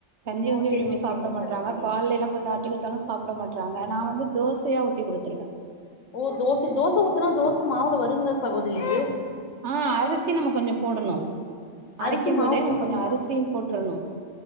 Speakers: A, on the right (about 65°); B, on the left (about 80°).
A: கஞ்சி
B: ஓ
A: வந்து
B: சேரிங்க
A: விரும்பி சாப்ட்ட
B: சேரிங்க
A: மாட்றாங்க
B: சகோதரி
A: பால்ல எல்லா கொஞ் எப்டி கொடுத்தாலு சாப்ட்ட மாட்றாங்க நா வந்து தோசையா ஊத்தி குடுத்துருவே
B: ஓ தோச தோச ஊத்துன தோச மாவுல வருங்களா சகோதரி இது
A: ஆ அரிசி நம்ம கொஞ்சோ போடணு
B: அரிசி
A: அரைக்கும்
B: மாவு
A: போதே
B: போடணுங்களா
A: நம்ம கொஞ்சோ அரிசியு போட்றணு